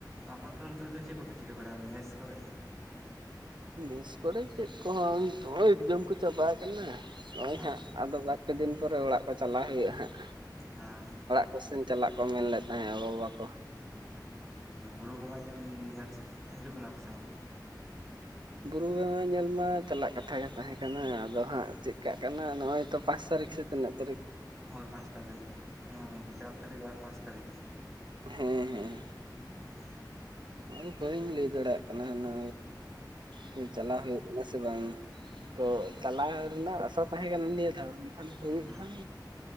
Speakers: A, in the centre; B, on the right (about 85°).
A: ᱟᱯᱟᱛᱚᱛᱚ ᱱᱤᱛᱚᱜ ᱫᱚ ᱪᱮᱫ ᱠᱚᱯᱮ ᱪᱤᱠᱟᱹ ᱵᱟᱲᱟᱭᱟ ᱢᱮᱥ ᱠᱚᱨᱮ
B: ᱢᱤᱥ ᱠᱚᱨᱮ ᱪᱮᱫ ᱠᱚᱦᱚᱸ ᱱᱤᱛ ᱮᱠᱡᱚᱢ ᱠᱚ ᱪᱟᱵᱟ ᱟᱠᱟᱱᱟ ᱱᱚᱜ ᱚᱭ
A: ᱦᱮᱸ
B: ᱦᱟᱸᱜ ᱟᱫᱚ ᱵᱟᱨᱯᱮ ᱫᱤᱱ ᱯᱚᱨᱮ ᱚᱲᱟᱜ ᱠᱚ ᱪᱟᱞᱟᱣ ᱦᱩᱭᱩᱜᱼᱟ ᱦᱟᱸᱜ
A: <unintelligible>
B: ᱠᱚᱥᱪᱮᱱ ᱪᱟᱞᱟᱜ ᱠᱚ ᱢᱮᱱ ᱞᱮᱫ ᱛᱟᱦᱮᱸᱫ ᱜᱚᱼᱵᱟᱵᱟᱠᱚ
A: ᱵᱩᱨᱩ ᱵᱚᱸᱜᱟ ᱧᱮᱞ ᱱᱮᱥ ᱦᱤᱡᱩᱜ ᱠᱟᱱᱟ ᱯᱮᱥᱮ ᱵᱟᱝ
B: ᱵᱩᱨᱩ ᱵᱚᱜᱟ ᱧᱮᱞ ᱢᱟ ᱪᱟᱞᱟᱜ ᱠᱟᱛᱷᱟ ᱜᱮ ᱛᱟᱦᱮᱸ ᱠᱟᱱᱟ ᱟᱫᱚ ᱦᱟᱸᱜ ᱪᱮᱫ ᱠᱟᱜ ᱠᱟᱱᱟ ᱱᱚᱜ ᱚᱭ ᱛᱚ ᱯᱟᱸᱪ ᱛᱟᱹᱨᱤᱠᱷ ᱥᱮᱫ ᱛᱤᱱᱟᱹᱜ ᱛᱟᱹᱨᱤᱠ
A: ᱦᱳᱭ ᱯᱟᱸᱪ ᱛᱟᱨᱤᱠ ᱪᱟᱨ ᱛᱟᱹᱨᱤᱠ ᱟᱨ ᱯᱟᱸᱪ ᱛᱟᱹᱨᱤᱠ
B: ᱦᱮᱸ ᱦᱮᱸ
A: ᱦᱩᱸ
B: ᱟᱫᱚ ᱵᱟᱹᱧ ᱞᱟᱹᱭ ᱫᱟᱲᱮᱭᱟᱜ ᱠᱟᱱᱟ ᱚᱱᱟ ᱫᱚ ᱪᱟᱞᱟᱜ ᱦᱩᱭᱩᱜ ᱦᱮ ᱥᱮ ᱵᱟᱝ ᱛᱚ ᱪᱟᱞᱟᱣ ᱨᱮᱱᱟᱜ ᱟᱥᱟ ᱛᱟᱦᱮᱸ ᱠᱟᱱᱟ ᱱᱤᱭᱟ ᱫᱷᱟᱣ ᱠᱷᱟᱱ ᱦᱩᱭᱩᱜ
A: ᱦᱮᱸ
B: ᱠᱷᱟᱱ